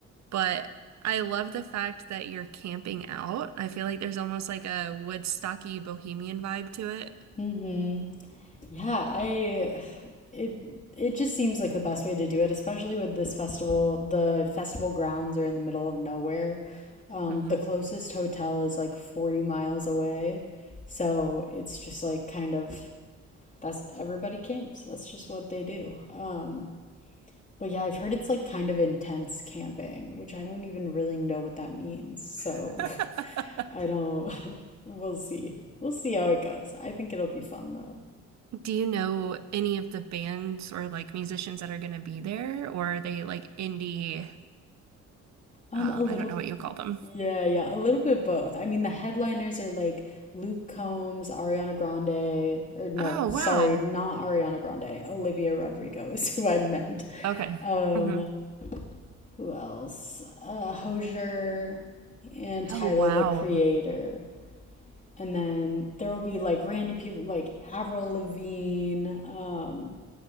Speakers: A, on the right (about 65°); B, on the left (about 25°).
A: But I love the fact that you're camping out. I feel like there's almost like a Woodstocky bohemian vibe to it.
B: mm-hmm Yeah, I it it just seems like the best way to do it, especially with this festival. The festival grounds are in the middle of nowhere. Um,
A: hmm
B: the closest hotel is like 40 miles away. So it's just like kind of that's everybody camps. That's just what they do. Um, but yeah, I've heard it's like kind of intense camping, which I don't even really know what that means. So
A: <laughs>
B: <laughs> I don't, <laughs> we'll see. We'll see how it goes. I think it'll be fun though.
A: Do you know any of the bands or like musicians that are going to be there, or are they like indie?
B: Um,
A: Um,
B: a little
A: I don't know what you call them.
B: Yeah, yeah, a little bit both. I mean, the headliners are like Luke Combs, Ariana Grande, or no,
A: Oh,
B: sorry,
A: wow.
B: not Ariana Grande. Olivia Rodrigo is <laughs> who I meant.
A: Okay.
B: Um,
A: hmm
B: who else? Uh, Hozier and Tyler
A: Oh, wow.
B: the Creator. And then there will be like random people like Avril Lavigne, um,